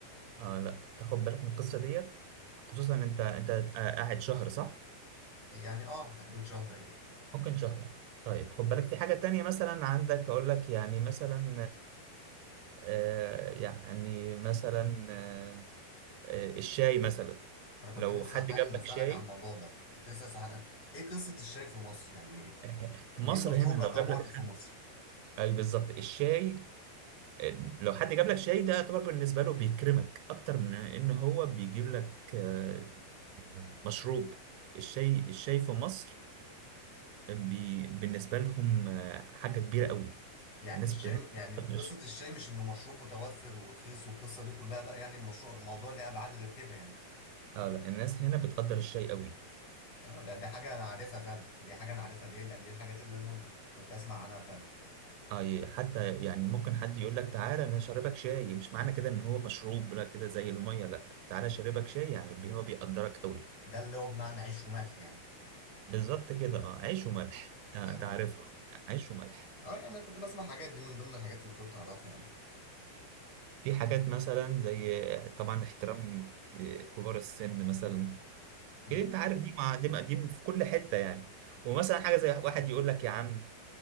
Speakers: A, on the right; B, on the left.
A: اه لا تاخد بالك من القصه ديت خصوصا انت انت قاعد شهر صح
B: يعني اه في حدود شهر ايوه
A: ممكن شهر طيب خد بالك في حاجه تانية مثلا عندك اقول لك يعني مثلا آه، يعني مثلا آه، آه، الشاي مثلا
B: انا كنت
A: لو
B: لسه
A: حد
B: حالا
A: جاب لك
B: اسالك
A: شاي
B: عن الموضوع ده كنت لسه حالا ايه قصه الشاي في مصر يعني
A: <laughs> آه، في
B: ليه
A: مصر
B: المشروب
A: هنا لو
B: رقم
A: جاب
B: واحد
A: لك
B: في
A: حد
B: مصر
A: اي بالظبط الشاي آه، لو حد جاب لك شاي ده يعتبر بالنسبه له بيكرمك اكتر من ان هو بيجيب لك آه، مشروب الشاي الشاي في مصر بي بالنسبه لهم آه، حاجه كبيره قوي
B: يعني
A: الناس
B: الشاي
A: هنا
B: يعني
A: بتقدر
B: قصة
A: الشاي
B: الشاي مش انه مشروب متوفر ورخيص والقصة دي كلها لا يعني المشروع الموضوع ليه ابعاد غير كده يعني
A: اه لا الناس هنا بتقدر الشاي قوي
B: اه ده دي حاجة انا عارفها فعلا دي حاجة انا عارفها دي لا دي الحاجات اللي انا كنت اسمع عنها فعلا
A: اه ي- حتى يعني ممكن حد يقول لك تعالى انا شاربك شاي مش معنى كده ان هو مشروب لا كده زي الميه لا تعالى شاربك شاي يعني بي- هو بيقدرك قوي
B: ده اللي هو بمعنى عيش وملح يعني
A: بالظبط كده اه عيش وملح
B: اه
A: آه
B: ايوه
A: انت عارفها عيش وملح
B: اه يعني انا كنت بسمع حاجات دي من ضمن الحاجات اللي كنت اعرفها يعني
A: في حاجات مثلا زي آه، طبعا احترام آه، كبار السن مثلا
B: امم
A: كده انت عارف دي مع دي دي في كل حته يعني ومثلا حاجه زي واحد يقول لك يا عم